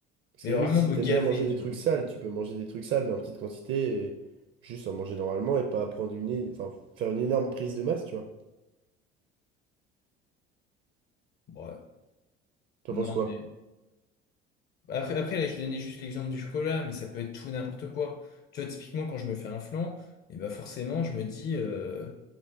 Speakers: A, on the right; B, on the left.
A: Parce
B: mais
A: que
B: vraiment
A: limite, si
B: me
A: t'aimes
B: gaver,
A: bien manger des
B: tu
A: trucs
B: vois,
A: sales, tu peux manger des trucs sales, mais en petite quantité, et juste en manger normalement et pas prendre une... é- Enfin, faire une énorme prise de masse, tu vois.
B: ouais,
A: T'en
B: non,
A: penses quoi?
B: mais après, après là, je donnais juste l'exemple du chocolat, mais ça peut être tout et n'importe quoi, tu vois, typiquement, quand je me fais un flan, et bah, forcément, je me dis, euh,